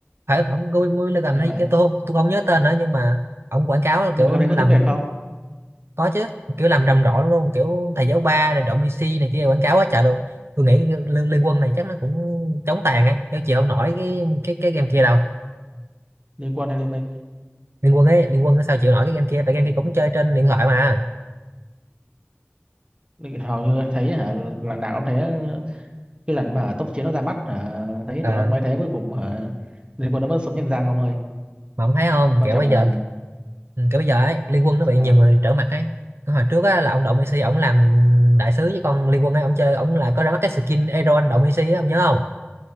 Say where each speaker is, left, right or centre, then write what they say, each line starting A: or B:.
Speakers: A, on the right (about 70°); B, on the right (about 25°).
A: phải không Mobile Legends
B: nghe
A: hay
B: vậy
A: cái tôi không- tôi không nhớ tên nữa nhưng mà ông quảng cáo là
B: nhưng
A: kiểu
B: mà game
A: làm
B: này có tiếng Việt không
A: có chứ kiểu làm rầm rộ lắm luôn kiểu thầy giáo ba rồi động IC này kia quảng cáo quá trời luôn tôi nghĩ liên, liên quân này chắc nó cũng chống tàn á chứ chịu không nổi cái cái cái game kia đâu
B: liên Quân hay liên minh
A: liên quân ấy liên quân nó sao chịu nổi cái game kia tại game
B: Ừ,
A: kia cũng chơi trên điện thoại mà
B: hầu như thấy hả là nào cũng thế cái lần mà tốc chiến nó ra mắt hả, thấy
A: Ờ,
B: tụi nó cũng bay thế cuối cùng hả, liên quân nó vẫn sống nhân răng ông ơi
A: mà ông thấy không
B: quan
A: kiểu
B: trọng
A: bây
B: là
A: giờ ừ, kiểu bây giờ ấy liên quân nó bị
B: sao
A: nhiều người trở mặt ấy Cái hồi trước á là ông động IC ông làm đại sứ với con liên quân ấy ông chơi ông là có ra mắt cái skin Aeron động IC á ông nhớ không